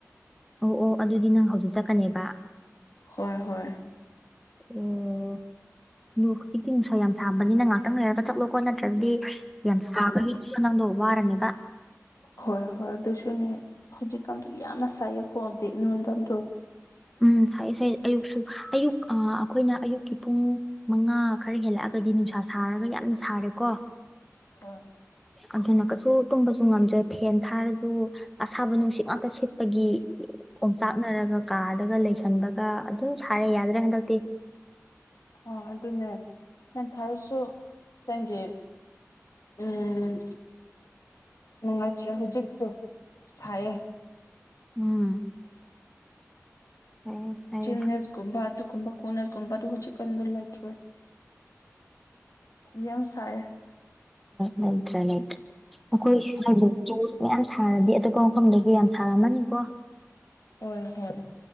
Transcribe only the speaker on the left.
ꯍꯣꯏ ꯍꯣꯏ
ꯍꯣꯏ ꯍꯣꯏ ꯑꯗꯨꯁꯅꯦ ꯍꯧꯖꯤꯀꯥꯟ ꯕꯤꯍꯅꯁꯥꯏꯌ ꯀꯣ ꯗꯦꯦꯛꯅ ꯇꯟꯗꯣ
ꯍꯣꯏ
ꯑꯣ ꯑꯗꯨꯅꯦ ꯆꯟ ꯊꯥꯔꯁꯨ ꯆꯪꯒꯦ ꯎꯝ ꯅꯨꯡꯉꯥꯏꯇ꯭ꯔꯦ ꯍꯧꯖꯤꯛꯇꯛꯇꯣ ꯁꯥꯏꯌꯦꯦ
ꯆꯤꯅꯦꯁꯒꯨꯝꯕ ꯑꯗꯨꯒꯨꯝꯕ ꯀꯣꯟꯅꯒꯨꯝꯕꯗ ꯍꯧꯖꯤꯛ ꯀꯥꯟꯗ ꯂꯩꯇ꯭ꯔꯦ ꯌꯦꯝꯁꯥꯏ
ꯍꯣꯏ ꯍꯣꯏ